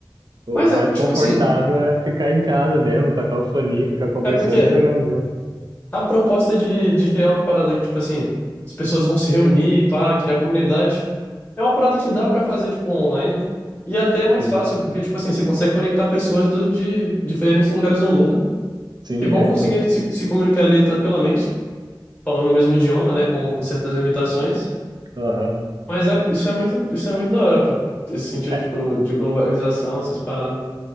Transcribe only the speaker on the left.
Mas
é, tipo
assim,
é porque
a proposta de, de criar uma parada que, tipo assim, as pessoas vão se reunir, pá, criar comunidade, é uma parada que dá pra fazer, tipo, online. E até é mais
fácil, porque, tipo assim, você consegue conectar pessoas do, de diferentes lugares do mundo.
que vão
conseguir
se, se comunicar ali tranquilamente, falando o mesmo idioma, né, com, com certas limitações.
Mas é, isso é muito, isso é muito da hora, pô. Esse sentido,
tipo, de globalização, essas paradas.